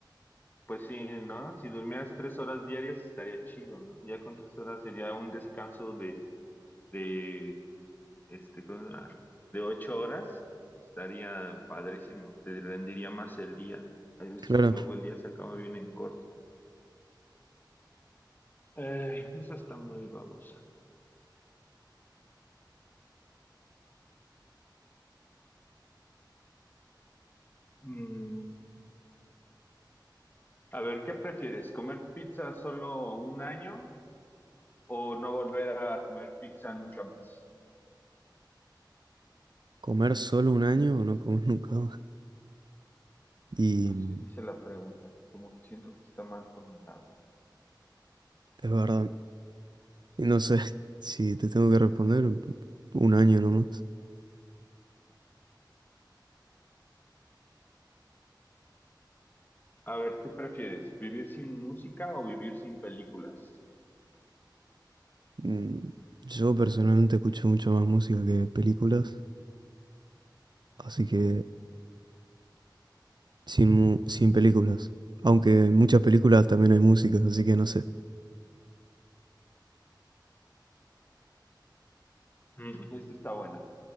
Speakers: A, on the left; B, on the right.
A: Pues sí, ¿no? Si durmieras tres horas diarias estaría chido, ¿no? Ya con tres horas sería un descanso de, de, este, ¿cómo se llama? De ocho horas. Estaría padrísimo, te rendiría más el día. Hay veces
B: Claro,
A: que luego el día se acaba bien en corto. Eh, esa está muy babosa. Mm, A ver, ¿qué prefieres? ¿Comer pizza solo un año o no volver a comer pizza nunca más?
B: comer solo un año o no comer <laughs> nunca más. Y
A: Así
B: mm,
A: dice la pregunta, como que siento que está mal formulada.
B: es verdad. Y no sé <laughs> si te tengo que responder un año nomás.
A: A ver, ¿qué prefieres? ¿Vivir sin música o vivir sin películas?
B: Mm, Yo personalmente escucho mucho más música que películas, así que sin, mu- sin películas. Aunque en muchas películas también hay música, así que no sé.
A: Mm, <laughs> esta está buena.